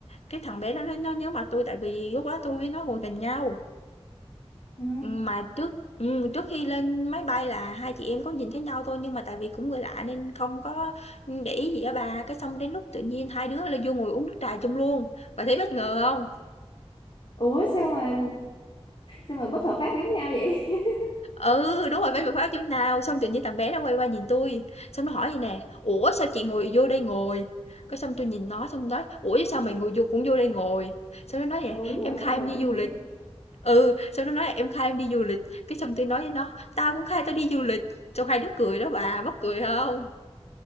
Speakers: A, on the left; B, on the left.
A: Cái thằng bé đó nó nó nhớ mặt tôi tại vì lúc đó tôi với nó ngồi gần nhau.
B: Ừ.
A: Ừm, Mà trước ừm, trước khi lên máy bay là hai chị em có nhìn thấy nhau thôi nhưng mà tại vì cũng người lạ nên không có để ý gì á bà. Cái xong đến lúc tự nhiên hai đứa là vô ngồi uống nước trà chung luôn. Bà thấy bất ngờ không?
B: Ủa sao mà sao mà bất hợp pháp giống nhau vậy? <laughs>
A: Ừ, đúng rồi, bán được khóa chấm nào, xong tự nhiên thằng bé nó quay qua nhìn tôi xong nó hỏi vậy nè: "Ủa sao chị ngồi vô đây ngồi?" Cái xong tôi nhìn nó xong nói: "Ủa chứ sao mày ngồi vô cũng vô đây ngồi?" Xong nó nói nè:
B: Ờ đúng rồi,
A: "Em khai
B: sao ngồi
A: em đi
B: chung
A: du
B: vậy?
A: lịch." Ừ, xong nó nói là "Em khai em đi du lịch." Cái xong tôi nói với nó: "Tao cũng khai tao đi du lịch." Xong hai đứa cười đó bà, mắc cười không